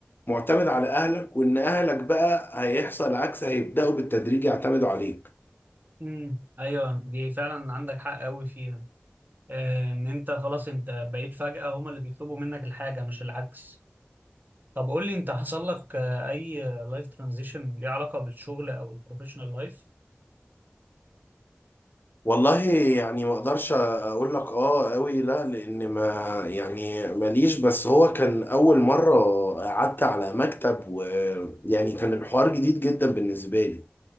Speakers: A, on the left; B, on the right.
A: معتمد على اهلك وان اهلك بقى هيحصل العكس هيبداوا بالتدريج يعتمدوا عليك
B: امم ايوه دي فعلا عندك حق قوي فيها آه ان انت خلاص انت بقيت فجاه هم اللي بيطلبوا منك الحاجه مش العكس طب قول لي انت حصل لك آه، اي لايف ترانزيشن ليه علاقه بالشغل او البروفيشنال لايف
A: والله يعني ما اقدرش اقول لك اه قوي لا لان ما يعني ماليش بس هو كان اول مره قعدت على مكتب ويعني كان الحوار جديد جدا بالنسبه لي